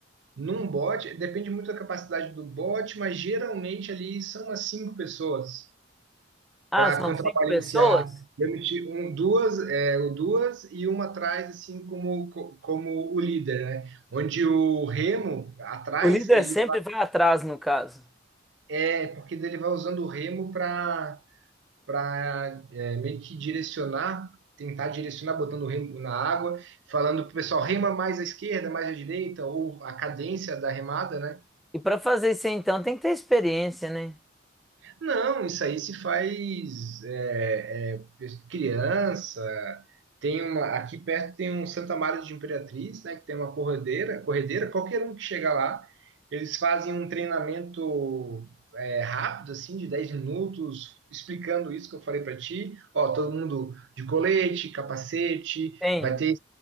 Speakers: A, on the right; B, in the centre.
A: Num bot, depende muito da capacidade do bot, mas geralmente ali são umas cinco pessoas
B: Ah,
A: para
B: são
A: contrabalancear.
B: cinco pessoas?
A: Eu meti um, duas, é, o duas e uma atrás, assim como, co- como o líder, né? Onde o remo atrás,
B: O líder
A: ele
B: sempre vai atrás, no caso.
A: é porque ele vai usando o remo para para meio que direcionar, tentar direcionar, botando o remo na água, falando para o pessoal, rema mais à esquerda, mais à direita, ou a cadência da remada, né?
B: E para fazer isso aí, então, tem que ter experiência, né?
A: Não, isso aí se faz é, é, criança. Tem uma, aqui perto tem um Santa Maria de Imperatriz, né, que tem uma corredeira, corredeira, qualquer um que chega lá, eles fazem um treinamento é, rápido, assim, de 10 minutos, explicando isso que eu falei para ti. Ó, todo mundo de colete, capacete,
B: Tem.
A: vai ter.